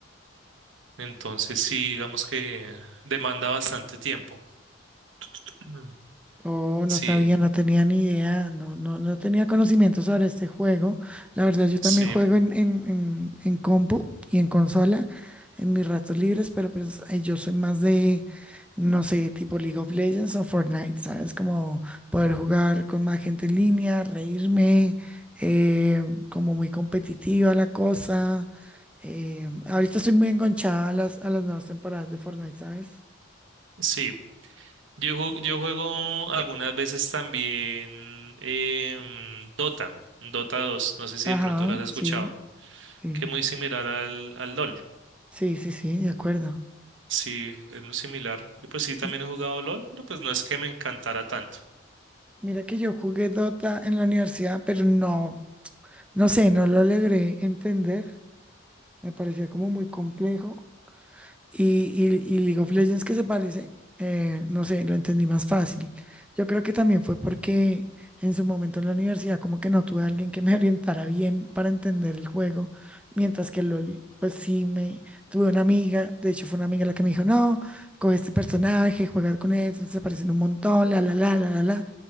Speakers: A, on the right; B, in the centre.
A: Entonces, sí, digamos que demanda bastante tiempo. <clears throat> Mm.
B: Oh, no
A: Sí,
B: sabía, no tenía ni idea, no, no, no tenía conocimiento sobre este juego. La verdad, yo también
A: sí,
B: juego en, en, en, en compu y en consola en mis ratos libres, pero pues eh, yo soy más de, no sé, tipo League of Legends o Fortnite, ¿sabes? Como poder jugar con más gente en línea, reírme, eh, como muy competitiva la cosa. Eh, ahorita estoy muy enganchada a las, a las nuevas temporadas de Fortnite, ¿sabes?
A: sí. Yo, ju- yo juego algunas veces también em, Dota, Dota 2, no sé si
B: Ajá,
A: de pronto lo has escuchado,
B: sí, sí.
A: que es muy similar al, al LOL.
B: Sí, sí, sí, de acuerdo.
A: Sí, es muy similar. Y pues sí, también
B: Y
A: he jugado LOL, pero pues no es que me encantara tanto.
B: Mira que yo jugué Dota en la universidad, pero no, no sé, no lo logré entender. Me parecía como muy complejo. Y, y, y League of Legends que se parece, eh, no sé, lo entendí más fácil. Yo creo que también fue porque en su momento en la universidad como que no tuve a alguien que me <laughs> orientara bien para entender el juego, mientras que LOL, pues sí, me tuve una amiga, de hecho fue una amiga la que me dijo, no, coge este personaje, juega con él, se parecen un montón, la, la, la, la, la, la,